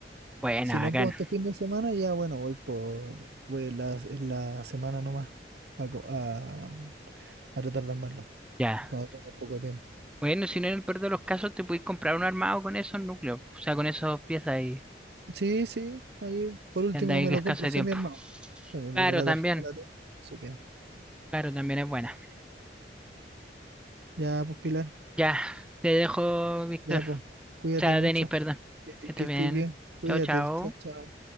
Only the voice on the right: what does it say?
Si
no puedo este fin de semana, ya bueno, voy por, voy en la, en la semana nomás a, co- a a retardar más no,
cuando tenga poco tiempo.
Sí, sí, ahí por último
me
lo compro
semi
armado. Semi,
porque la
tarjeta la tengo. Así que
ya, pues Pilar,
ya, pues, cuídate
mucho,
que, estés-
que estés
bien, cuídate,
chao, chao.